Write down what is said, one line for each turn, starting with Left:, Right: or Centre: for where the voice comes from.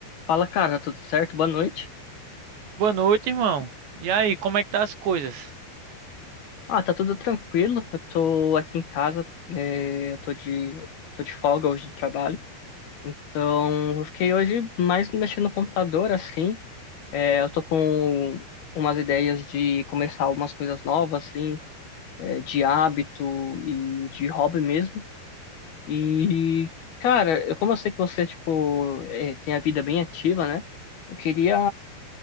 Left: Fala, cara, tudo certo? Boa noite.
Right: Boa noite, irmão. E aí, como é que tá as coisas?
Left: Ah, tá tudo tranquilo. Eu tô aqui em casa, eh, eu tô de, tô de folga hoje do trabalho. Então, eu fiquei hoje mais mexendo no computador, assim. Eh, eu tô com umas ideias de começar algumas coisas novas, assim, eh, de hábito e de hobby mesmo. E, cara, eu, como eu sei que você, tipo, eh, tem a vida bem ativa, né? Eu queria